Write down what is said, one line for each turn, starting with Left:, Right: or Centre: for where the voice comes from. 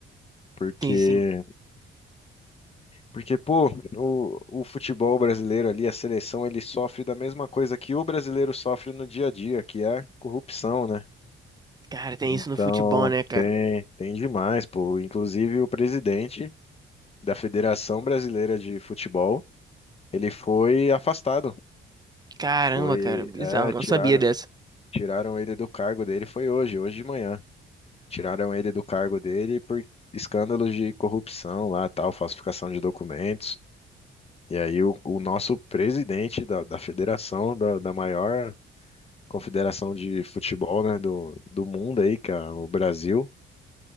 Left: Porque
Right: Sim, sim.
Left: Porque, pô, o, o futebol brasileiro ali, a seleção, ele sofre da mesma coisa que o brasileiro sofre no dia a dia, que é corrupção, né?
Right: Cara, tem
Left: Então,
Right: isso no futebol, né, cara?
Left: tem, tem demais, pô. Inclusive, o presidente da Federação Brasileira de Futebol, ele foi afastado.
Right: Caramba,
Left: Foi,
Right: cara, bizarro,
Left: é,
Right: não
Left: tiraram,
Right: sabia dessa.
Left: tiraram ele do cargo dele, foi hoje, hoje de manhã. Tiraram ele do cargo dele por escândalos de corrupção lá, tal, falsificação de documentos. E aí o, o nosso presidente da, da federação, da, da maior confederação de futebol, né, do, do mundo aí, que é o Brasil,